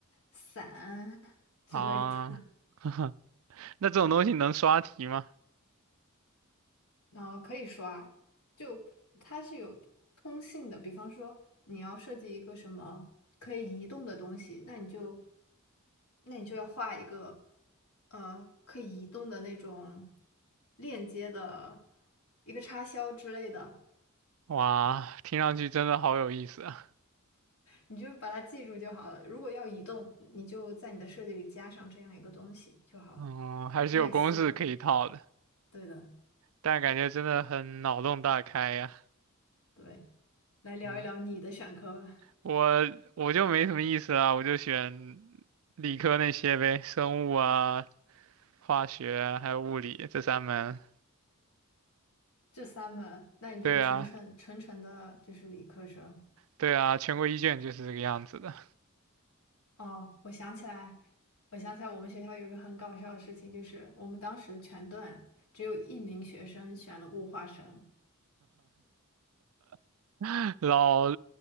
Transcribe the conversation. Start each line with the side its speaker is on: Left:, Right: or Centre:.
Left: 伞 <laughs> 之类的。
Right: 啊，<laughs> 那这种东西能刷题吗？
Left: 呃，可以说啊，就它是有通信的。比方说，你要设计一个什么可以移动的东西，那你就，那你就要画一个，呃，可以移动的那种链接的一个插销之类的，
Right: 哇，听上去真的好有意思啊，
Left: 你就把它记住就好了。如果要移动，你就在你的设计里加上这样一个东西就好了，
Right: 嗯，还是有公式可以套的，
Left: 类似的，对的，
Right: 但感觉真的很脑洞大开呀，
Left: 对。来聊一聊你的选科吧。
Right: 嗯。我我就没什么意思啊，我就选理科那些呗，生物啊、化学啊还有物理这三门。
Left: 这三门，那你就是纯纯纯纯的，
Right: 对啊，
Left: 就是理科生。
Right: 对啊，全国一卷就是这个样子的，
Left: 哦，我想起来，我想起来，我们学校有个很搞笑的事情，就是我们当时全段只有一名学生选了物化生，
Right: <laughs> 老